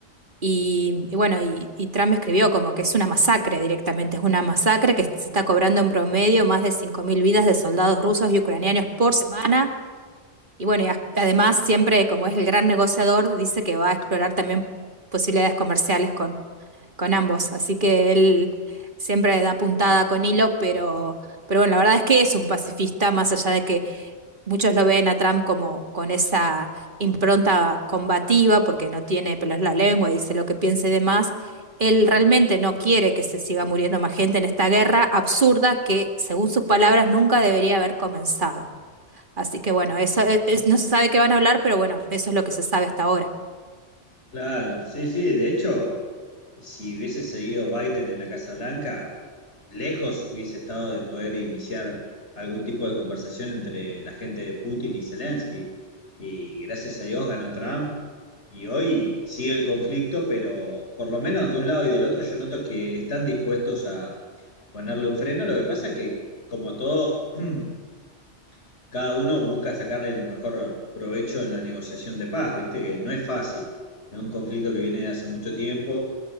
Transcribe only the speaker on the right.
y, y bueno, y, y Trump escribió como que es una masacre directamente, es una masacre que se está cobrando en promedio más de 5.000 vidas de soldados rusos y ucranianos por semana. Y bueno, y a- además siempre como es el gran negociador, dice que va a explorar también posibilidades comerciales con, con ambos. Así que él siempre da puntada con hilo, pero, pero bueno, la verdad es que es un pacifista, más allá de que Muchos lo ven a Trump como con esa impronta combativa, porque no tiene pelos en la lengua, dice lo que piense de más. Él realmente no quiere que se siga muriendo más gente en esta guerra absurda que, según sus palabras, nunca debería haber comenzado. Así que bueno, eso es- es- no se sabe qué van a hablar, pero bueno, eso es lo que se sabe hasta ahora.